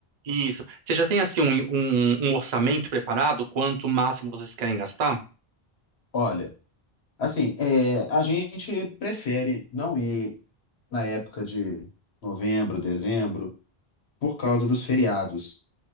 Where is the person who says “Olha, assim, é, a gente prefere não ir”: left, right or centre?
Left